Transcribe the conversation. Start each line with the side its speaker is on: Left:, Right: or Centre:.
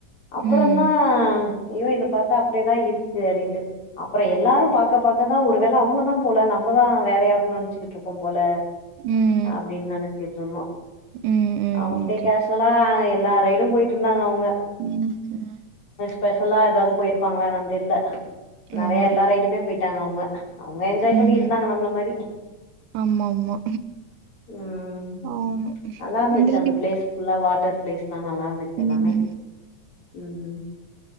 Left: அப்பறோ
Right: ம்.
Left: தா ஐயோ இத பாத்தா அப்டியேதா இருக்கு அப்டின்ட்டு அப்பறோ எல்லாரும் பாக்க பாக்கதா ஒரு வேல அவுங்கதா போல நம்பதா வேற யாருன் நென்ச்சிக்கிட்ருக்கோ போல
Right: ம்.
Left: அப்டின் நென கேட்றமா
Right: ம்.
Left: அவங்கட்டயே
Right: ஓகே.
Left: கேஷ்வலா எல்லார் ரைடும் போயிட்ருந்தாங்க அவுங்க
Right: <unintelligible>
Left: ஸ்பெஷலா எதாது போய்ருப்பாங்ளா என்னன் தெர்ல நெறய
Right: ஆமா.
Left: எல்லா ரைடுமே போய்ட் ட்டாங்க அவுங்க அவுங்க என்ஜாய் பண்ணிகிட்ருந்தாங்க
Right: ம்.
Left: நம்மள மாறி
Right: ஆமாமா.
Left: ம்
Right: ஆ
Left: நல்லார்ந்துச்சு
Right: இந்த லீவு
Left: அந்த ப்ளேஸ் ஃபுல்லா வாட்டர் ப்ளேஸ் லா நல்லாருந்துச்சு எல்லாமே
Right: ம்.
Left: ம்